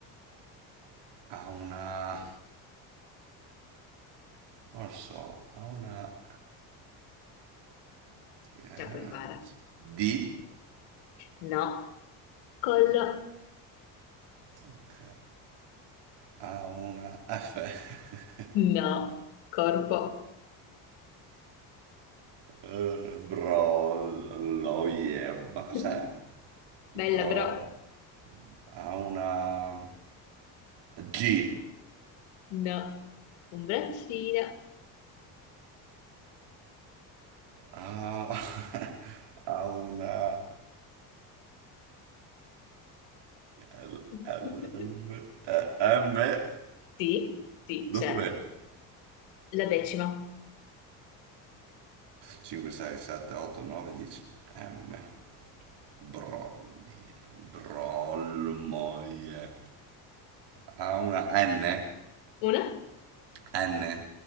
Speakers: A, on the right; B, on the left.
A: Ha una... non lo so, ha una... yeah,
B: Ce la puoi fare.
A: D?
B: No. Collo.
A: Ok. Ha una F? <laughs>
B: No, corpo.
A: Eh, Bro, lo yeah. Ma cos'è?
B: <laughs>
A: Bro.
B: Bella però.
A: Ha una... G?
B: No, un braccino.
A: Ha... <laughs> ha una... L,
B: <laughs>
A: L, M, E, M.
B: Sì, sì, c'è
A: Dove?
B: la decima.
A: 5, 6, 7, 8, 9, 10. M. Brolli. Brollmoie. Ha una N?
B: Una?
A: N.